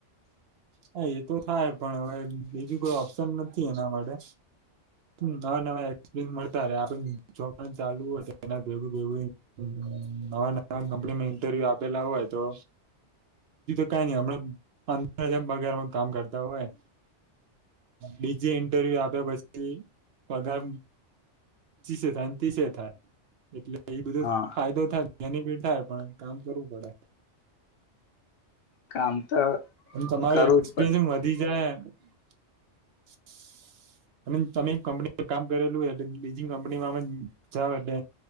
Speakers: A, on the right; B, on the left.
A: હા એ તો થાય પણ હવે બીજું કોઈ ઓપ્શન નથી એના માટે ન ન એસપય મળતા ર જો ચાલુ હોય એ ભગુંગું નવા ન કંપનીમાં ઇન્ટરવ્યુ આપેલા હોય તો. ક નમ પંદર હજાર પગારમાં કામ કરતા હોય બીજે ઇન્ટરવ્યુ આપ્યા પછી પગાર પચીસે થાય તીસે થાય એટલે. એ બધો
B: હા
A: ફાયદો થાય. એની પી થાય પણ કામ કરવું પડે.
B: કામ તો
A: એ તમારું
B: કરવું
A: એક્સપિરયસ
B: જ પડે
A: વધી જાય. અને તમે કંપનીમાં કામ કરેલું હોય એટલે બીજિંગ કંપનીમાં જાાવ એટલે